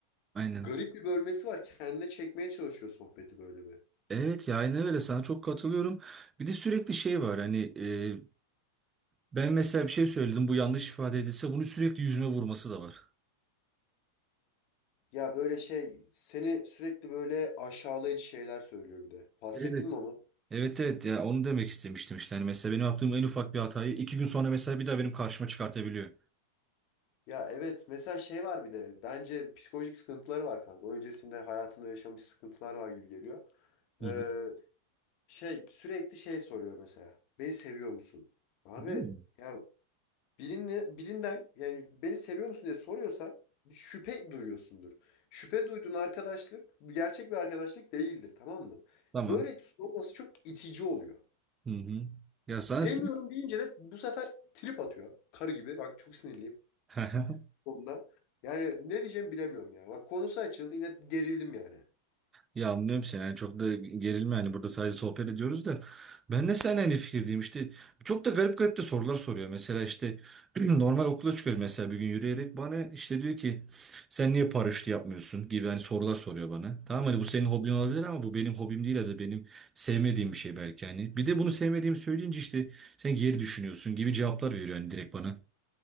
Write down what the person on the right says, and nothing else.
aynen
evet ya aynen öyle sana çok katılıyorum bir de sürekli şey var hani e, ben mesela bir şey söyledim bu yanlış ifade edilse bunu sürekli yüzüme vurması da var.
evet.
Evet evet ya onu demek istemiştim işte. Hani mesela benim yaptığım en ufak bir hatayı iki gün sonra mesela bir daha benim karşıma çıkartabiliyor.
Hı
hı.
Değil mi?
Tamam.
Hı hı. Ya sana
<laughs>
Ya anlıyorum seni yani çok da gerilme yani burada sadece sohbet ediyoruz da ben de seninle aynı fikirdeyim İşte çok da garip garip de sorular soruyor mesela işte <clears throat> normal okula çıkıyoruz mesela bir gün yürüyerek bana işte diyor ki sen niye paraşütü yapmıyorsun gibi hani sorular soruyor bana tamam hani bu senin hobin olabilir ama bu benim hobim değil ya da benim sevmediğim bir şey belki hani bir de bunu sevmediğimi söyleyince işte sen geri düşünüyorsun gibi cevaplar veriyor yani direkt bana.